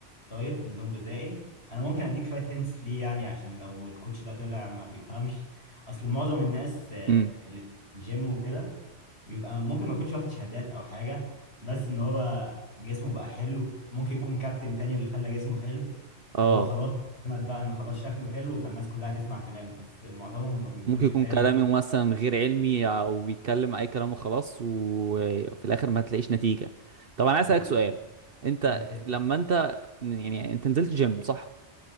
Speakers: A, on the left; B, on the right.
A: دايت نظام غذائي انا ممكن اديك شويه هنتس ليه يعني عشان لو الكوتش ده طلع ما بيفهمش اصل معظم الناس آه،
B: امم
A: اللي في الجيم وكده بيبقى ممكن ما يكونش واخد شهادات او حاجه بس ان هو جسمه بقى حلو ممكن يكون كابتن تاني اللي خلى جسمه حلو
B: اه
A: فهو خلاص اعتمد بقى ان خلاص شكله حلو فالناس كلها تسمع كلامه بس معظمهم ما بيكونش
B: ممكن يكون
A: فاهم
B: كلامي مثلا غير علمي او بيتكلم اي كلام وخلاص وفي الاخر ما تلاقيش نتيجة طب انا عايز
A: بالظبط
B: اسالك سؤال انت
A: أمم، اسأل
B: لما انت يعني انت نزلت جيم صح